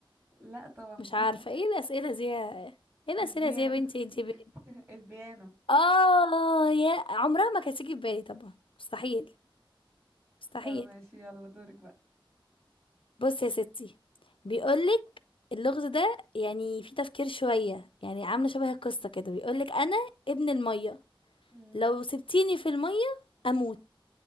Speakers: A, on the right; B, on the left.
A: لا طبعا
B: مش
A: بتفتح
B: عارفة ايه الأسئلة دي يا- ايه الأسئلة
A: البيانو
B: دي يا بنتي انتي ب...
A: <laughs> البيانو
B: اه يا عمرها ما كانت تيجي في بالي طبعا مستحيل مستحيل
A: طب ماشي يلا دورك بقى
B: بص يا ستي بيقولك اللغز ده يعني فيه تفكير شوية يعني عاملة شبه القصة كده بيقولك أنا ابن المية
A: مم.
B: لو سبتيني في المية اموت